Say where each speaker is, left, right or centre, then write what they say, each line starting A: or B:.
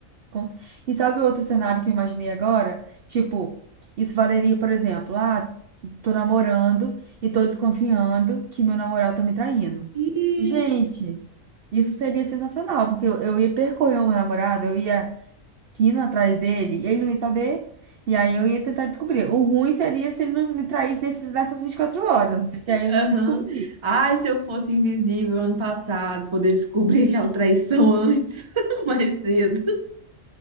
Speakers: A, on the right; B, on the right.
A: Cons- E sabe o outro cenário que eu imaginei agora? Tipo, isso valeria, por exemplo, ah, tô namorando e tô desconfiando que meu namorado tá me traindo.
B: Ih,
A: Gente, isso seria sensacional, porque eu, eu ia percorrer o meu namorado, eu ia. pina atrás dele e ele não ia saber. E aí eu ia tentar descobrir. O ruim seria se ele não me traísse desses, dessas 24 horas, porque aí
B: aham.
A: eu não descobri.
B: Ai, se eu fosse invisível ano passado, poder descobrir <laughs> aquela traição antes, <laughs> mais cedo.